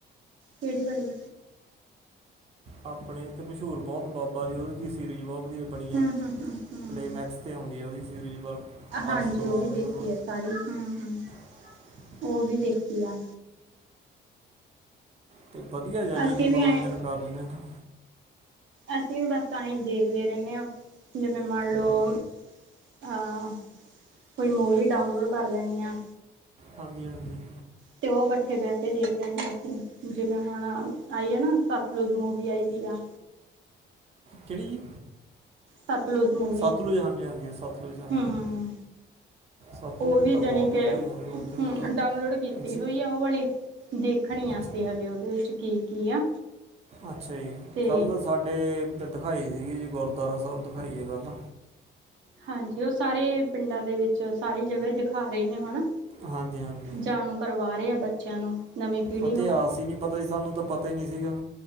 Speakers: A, on the right; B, on the right.
A: ਕਿਹੜੀ ਵਾਲੀ
B: ਆਪਣੇ ਇੱਥੇ ਮਸ਼ਹੂਰ ਬਹੁਤ ਬਾਬਾ ਸੀ। ਉਹਦੇ ਤੇ ਹੀ ਸੀਰੀਜ ਬਹੁਤ ਵਧੀਆ। ਬੜੀਆਂ
A: ਹੂੰ, ਹੂੰ, ਹੂੰ, ਹੂੰ
B: ਪਲੇਮੈਕਸ ਤੇ ਆਉਦੀ। ਉਹਦੀ ਸੀਰੀਜ਼ ਪਰ
A: ਹਾਂਜੀ
B: ਆਸ਼ੀਰਵਾਦ
A: ਉਹ ਵੀ ਦੇਖੀ
B: ਉਹਦਾ ਨਾਂ।
A: ਆ ਸਾਰੀ ਹੂੰ ਹੂੰ।
B: <inaudible>
A: ਉਹ ਵੀ ਦੇਖੀ ਆ।
B: ਅਤੇ ਵਧੀਆ ਜਾਣੀ
A: ਅਸੀਂ
B: ਕਿ ਮਨੋਰੰਜਨ
A: ਵੀ ਐ
B: ਕਰ ਦਿੰਦੇ ਹਾਂ।
A: ਅਸੀਂ ਵੀ ਬਸ ਤਾਂ ਹੀ ਦੇਖਦੇ ਰਹਿੰਦੇ ਹਾਂ। ਜਿਵੇਂ ਮੰਨ ਲਓ।
B: ਹਾਂਜੀ
A: ਹਾਂ ਕੋਈ ਮੂਵੀ ਡਾਊਨਲੋਡ ਕਰ ਲੈਣੀ ਆ।
B: ਹਾਂਜੀ ਹਾਂਜੀ
A: ਅਤੇ ਉਹ ਇਕੱਠੇ ਬਹਿ ਕੇ ਦੇਖ ਲੈਣੇ। ਅਸੀਂ ਜਿਵੇਂ ਹੁਣ ਆਈ ਆ ਨਾ। ਸਤਲੁਜ਼ ਮੂਵੀ ਆਈ ਵੀ ਆ।
B: ਕਿਹੜੀ?
A: ਸਤਲੁਜ ਮੂਵੀ
B: ਸਤਲੁਜ ਹਾਂਜੀ, ਹਾਂਜੀ ਸਤਲੁਜ ਹਾਂਜੀ
A: ਹੂੰ
B: ਸਤਲੁਜ
A: ਉਹ ਵੀ
B: ਤਾਂ
A: ਜਾਣੀ
B: ਬਹੁਤ
A: ਕਿ
B: ਵਧੀਆ ਹੋਣੇ ਹੁੰਦੇ
A: ਹੂੰ
B: ਹੈਂ
A: ਡਾਊਨਲੋਡ ਕੀਤੀ
B: ਜੀ
A: ਹੋਈ ਉਹ ਵਾਲੀ ਦੇਖਣੀ
B: ਅੱਛਾ
A: ਆ, ਅਸੀਂ ਹਲੇ ਉਹਦੇ ਵਿੱਚ ਕੀ ਕੀ ਆ।
B: ਅੱਛਾ ਜੀ,
A: ਤੇ
B: ਕੱਲ੍ਹ ਸਾਡੇ ਦਿਖਾਈ ਸੀਗੀ ਜੀ। ਗੁਰਦੁਆਰਾ ਸਾਹਿਬ ਦਿਖਾਈ ਹੈ। ਕੱਲ੍ਹ
A: ਹਾਂਜੀ ਉਹ ਸਾਰੇ ਪਿੰਡਾਂ ਦੇ ਵਿੱਚ ਸਾਰੀ ਜਗ੍ਹਾ ਦਿਖਾ ਰਹੇ ਨੇ ਹੁਣ।
B: ਹਾਂਜੀ ਹਾਂਜੀ
A: ਜਾਣੂ ਕਰਵਾ ਰਹੇ ਆ ਬੱਚਿਆਂ ਨੂੰ। ਨਵੀਂ ਪੀੜ੍ਹੀ
B: ਇਤਿਹਾਸ
A: ਨੂੰ
B: ਹੀ ਨਹੀ ਪਤਾ ਸੀ, ਸਾਨੂੰ ਤਾਂ ਪਤਾ ਹੀ ਨਹੀ ਸੀਗਾ।